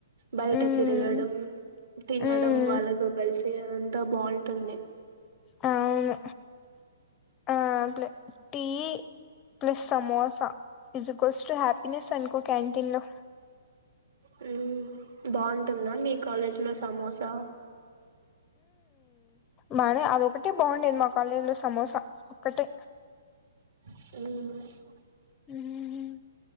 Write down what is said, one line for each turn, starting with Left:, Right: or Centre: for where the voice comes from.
Right: బయట
Left: ఉమ్
Right: తిరగడం తినడం
Left: ఉమ్
Right: వాళ్ళతో కలిసి అంత బాగుంటుంది
Left: వును ఆ ప్లే tea plus samosa is equal to ఆప్ ఇన సన్కు క్యాంటన్ లో
Right: హోమ్ బాగుంటుందా మీ కాలేజీలో సమోసా
Left: బానే అదొకటే బాగుండేది మా కాలేజీలో సమోసా ఒక్కటే
Right: వు
Left: ఉమ్,